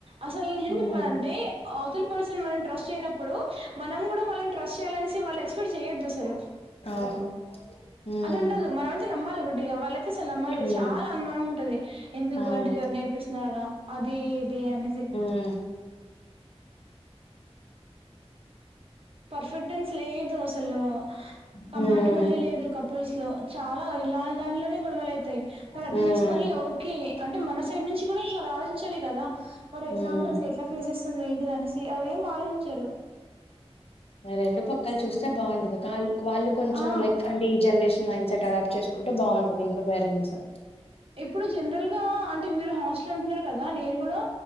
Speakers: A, on the right; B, on the left.
A: అసల్ న ఏం
B: ఉమ్
A: చెప్పాలంటే అవతలి పర్సన్ మన్ ట్రస్ట్ చేయనప్పుడు, మనం కూడా వాళ్ళని ట్రస్ట్ చేయాలనేసి వాళ్ళు ఎక్స్పెక్ట్ చేయొద్దు అసలు.
B: అవును ఉమ్
A: అదుండదు మనమైతే నమ్మాలి గుడ్టిగా వాళ్ళ తీసే నమ్మలేదు
B: ఉమ్
A: చాలా అనుమానం ఉంటది, ఎందుకు
B: అవును
A: ఏంటిది ఎవరైనా నేర్పిస్తున్నారా అది ఇది అనేసి.
B: హు
A: పర్ఫెక్టెన్స్ లేదు అసలు కంఫర్టబిలిటీ
B: హ్మ్
A: లేదు కపుల్స్ లో చాలా ఇలాంటి దాంట్లోనే గొడవలు అయితయి. మరి అర్థం
B: హ్మ్
A: చేసుకొని ఓకే అంటే మన సైడ్ నుంచి కూడా జర ఆలోచించాలి కదా, వారు
B: హ్మ్
A: ఎట్లా ఉంటుంది ఎట్లా ఫేస్ చేస్ ఎంటిదనేసి అవేం ఆలోచించరు.
B: ఆ రెండు ప కల్ చూస్తే బాగుండదు. కాళ్ వాళ్ళు కొంచెం
A: ఆ
B: లైక్ అంటే ఈ జనరేషన్ మైండ్ సెట్ అడాప్ట్ చేసుకుంటే బాగుంటది ఇంక పేరే స
A: ఇప్పుడు జనరల్ గా అంటే మీరు హాస్టల్ అంటున్నారు కదా, నేను కూడా